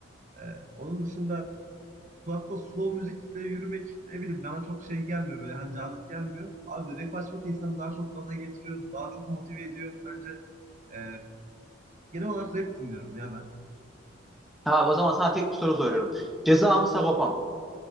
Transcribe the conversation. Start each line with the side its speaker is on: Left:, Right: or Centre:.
Right: E, onun dışında kulakta slow müzikle yürümek ne bileyim bana çok şey gelmiyor böyle hani cazip gelmiyor. Abi rap açmak insanı daha çok gaza getiriyor, daha çok motive ediyor. Bence e, genel olarak rap dinliyorum ya ben.
Centre: Abi o zaman sana tek bir soru soruyorum. Ceza mı Sagopa mı?